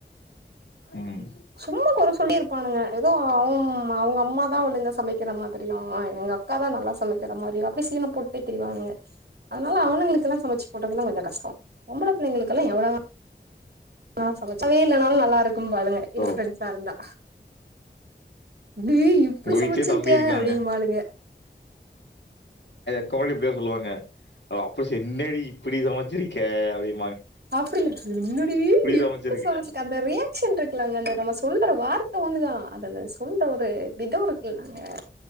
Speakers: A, on the left; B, on the right.
A: ம்
B: சும்மா கொற சொல்லே இருப்பானுங்க ஏதோ அவம் மா அவ்ங்க அம்மாதா ஒழுங்கா சமக்கிற மாதிரியு அவுங்க எங்க அக்காதா நல்லா சமக்கிற மாரியு அப்டே சீனப் போட்டே திரிவானுங்க அத்னால அவனுங்ளுக் குல்லா சமச்சு போட்றதெல்லா கொஞ்சொ கஷ்டொ பொம்பள பிள்ளைங்களுக்கெல்லா எவ்வள அ நல்லாவே இல்லன்னாலு நல்லா இருக்கும்பாளுங்க எங்க
A: ஓ
B: ஃப்ரெண்ட்ஸா இருந்தா ஏ இப்டி
A: உங்க வீட்லயே
B: சமச்சிருக்க
A: தம்பி இருக்காங்க.
B: அப்டிம்பாளுங்க
A: <unintelligible> இப்டிதா சொல்லுவாங்க அப்டி செஞ்னே டி இப்டி சமச்சிருக்க அப்டின்
B: அப்டி இல் என்னடி இப்டி
A: சமைச்சிருக்க"
B: சமச்சிருக்க அந்த ரியாக்ஷன் இருக்குல்லங்க அந்த நம்ம சொல்ற வார் த ஒண்ணுதா அதுங்க சொல்ற ஒரு விதொ இருக்குல்லங்க